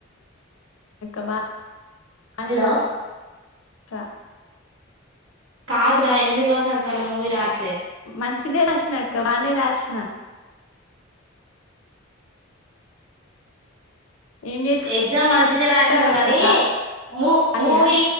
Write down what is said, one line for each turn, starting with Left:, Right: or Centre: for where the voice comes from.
Left: <inaudible> బానే
Right: హలో
Left: రాస్ క
Right: కాదురా ఎనిమిది వసంతాలు మూవి రాట్లే.
Left: మంచినే రాసినా అక్క, బానే రాసిన. ఏం
Right: ఎగ్జామ్ మంచినే
Left: చేస్తారు
Right: రాషినవ్
Left: అక్క
Right: గానీ, మూ
Left: ఖాళీయా
Right: మూవీ